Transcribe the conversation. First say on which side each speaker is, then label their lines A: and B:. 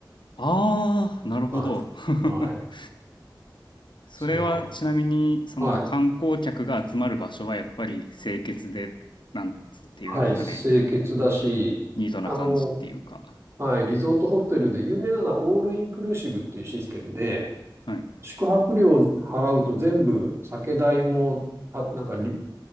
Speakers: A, on the left; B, on the right.
A: ああ、なるほど。
B: はい。
A: <laughs>
B: はい。
A: それはちなみに、
B: そんな。
A: その観光客が集まる場所はやっぱり清潔で、
B: はい。
A: なんっていうんですかね、
B: はい。清潔だし、
A: ニートな感じっていうか。
B: あの、はい。リゾートホテルで有名なのはオールインクルーシブっていうシステムで、
A: はい。
B: 宿泊料を払うと全部酒代も、あ、なんかり、